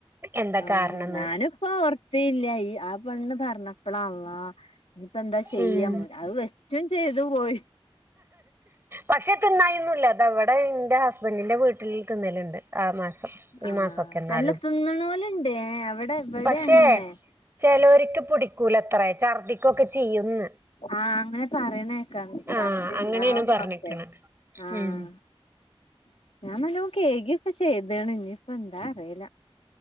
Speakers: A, on the right (about 25°); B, on the left (about 70°).
A: എന്താ
B: ആ
A: കാരണംന്ന്
B: ഞാനിപ്പോ ഓർ ത്ല്ല്യ ആ പെണ്ണ് പറഞ്ഞപ്പള്ളാല്ലാ ഞ്ഞ്പ്പന്താ ചെയ്യാ
A: ഉം
B: അമ്മൾ അത് വെച്ചും ചെയ്ത് പോയി
A: പക്ഷെ തിന്നായോന്നില്ല തവ്ടെ എന്റെ ഹസ്ബൻഡിന്റെ വീട്ടില് തിന്നലുണ്ട് ആ മാസം ഈ
B: ആഹ്
A: മാസൊക്കെ എന്നാലും
B: അല്ല തിന്ന്ണോലുണ്ട് ഏ അവിടെ ഇവിടെ
A: പക്ഷേ
B: അങ്ങനെ
A: ചെലോര്ക്ക് പുടിക്കൂലത്രെ ഛർദ്ദിക്കൊക്കെ ചെയ്യുംന്ന്
B: ആഹ് അങ്ങനെ പറീണേക്കാ ഛർദി
A: ആഹ് അങ്ങനെയാണ്
B: ണ്ടാവുന്നൊക്കെ
A: പറഞ്ഞിക്കണ്
B: ആഹ്
A: ഉം
B: ഞാൻ നല്ലം കേക്കൊക്കെ ചെയ്താണ് ഇനിപ്പ എന്താ അറിയില്ല